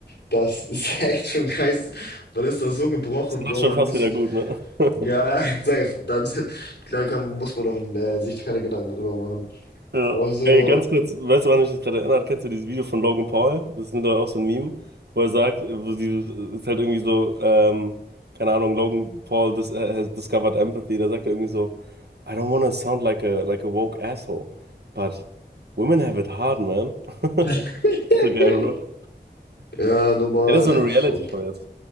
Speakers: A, on the left; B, on the right.
A: Das ist <laughs> echt schon geist. Man ist da so gebrochen,
B: das macht
A: Bro.
B: schon
A: Man
B: fast
A: muss
B: wieder
A: sich.
B: gut, ne? <laughs>
A: Ja, <laughs> ja, safe. Dann, dann kann, muss man auch äh, sich keine Gedanken drüber machen.
B: Ja.
A: Aber so.
B: Ey, ganz kurz, weißt du, wann mich das gerade erinnert? Kennst du dieses Video von Logan Paul? Das ist mittlerweile auch so ein Meme, wo er sagt, wo dieses, ist halt irgendwie so, ähm, keine Ahnung, Logan Paul dis äh, has discovered empathy. Da sagt er irgendwie so, I don't wanna sound like a, like a woke asshole, but women have it hard, man.
A: <laughs>
B: <laughs> So geil, Bro.
A: Ja, nochmal
B: Ja, das ist so
A: Epsilon.
B: eine Reality-Show jetzt.